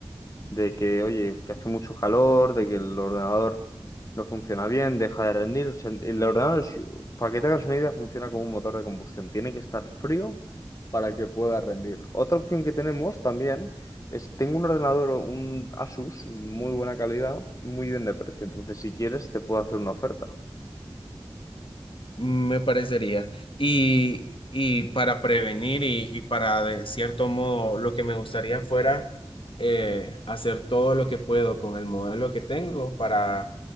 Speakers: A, on the left (about 35°); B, on the left (about 65°).
A: de que, oye, que hace mucho calor, de que el ordenador no funciona bien, deja de rendir. O sea, el ordenador, si- para que te hagas una idea, funciona como un motor de combustión. Tiene que estar frío para que pueda rendir. Otra opción que tenemos también es, tengo un ordenador, un Asus, muy buena calidad, muy bien de precio. Entonces, si quieres, te puedo hacer una oferta.
B: Me parecería. Y, y para prevenir y, y para, de cierto modo, lo que me gustaría fuera eh, hacer todo lo que puedo con el modelo que tengo para